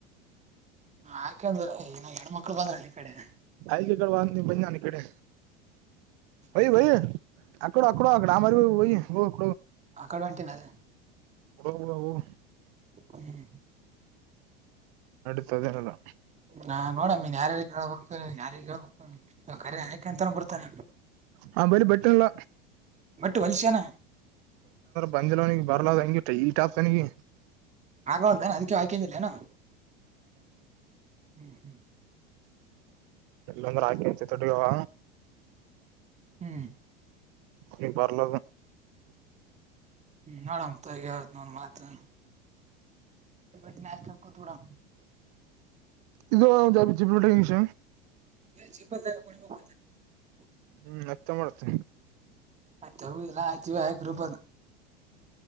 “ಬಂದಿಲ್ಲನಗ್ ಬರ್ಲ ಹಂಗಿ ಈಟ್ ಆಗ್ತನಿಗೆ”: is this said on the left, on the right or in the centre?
Right